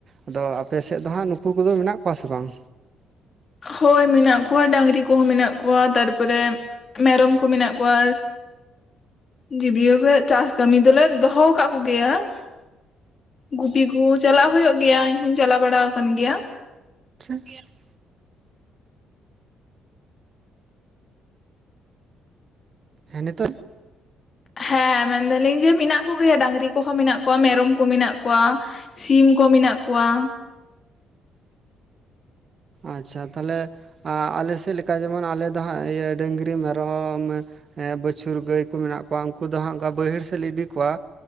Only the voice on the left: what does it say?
ᱦᱳᱭ ᱢᱮᱱᱟᱜ ᱠᱚᱣᱟ ᱰᱟᱝᱨᱤ ᱠᱚᱦᱚᱸ ᱢᱮᱱᱟᱜ ᱠᱚᱣᱟ ᱛᱟᱨᱯᱚᱨᱮ ᱼᱼ ᱢᱮᱨᱚᱢ ᱠᱚ ᱢᱮᱱᱟᱜ ᱠᱚᱣᱟ᱾ ᱡᱤᱵᱤᱭᱚ ᱨᱮ ᱪᱟᱥ ᱠᱟᱹᱢᱤ ᱫᱚ ᱞᱮ ᱫᱚᱦᱚ ᱟᱠᱟᱫ ᱠᱚ ᱜᱮᱭᱟ ᱾ ᱜᱩᱯᱤ ᱠᱩ ᱪᱟᱞᱟᱜ ᱦᱩᱭᱩᱜ ᱜᱮᱭᱟ ᱤᱧ ᱦᱚᱧ ᱪᱟᱞᱟᱣ ᱵᱟᱲᱟ ᱟᱠᱟᱱ ᱜᱮᱭᱟ ᱾
ᱦᱮᱸ ᱢᱮᱱ ᱫᱟᱞᱤᱧ ᱡᱮ ᱢᱮᱱᱟᱜ ᱠᱩ ᱜᱮᱭᱟ ᱰᱟᱝᱨᱤ ᱠᱚᱦᱚᱸ ᱢᱮᱱᱟᱜ ᱠᱚᱣᱟ ᱢᱮᱨᱚᱢ ᱠᱚ ᱢᱮᱱᱟᱜ ᱠᱚᱣᱟ᱾ ᱥᱤᱢ ᱠᱚ ᱢᱮᱱᱟᱜ ᱠᱚᱣᱟ᱾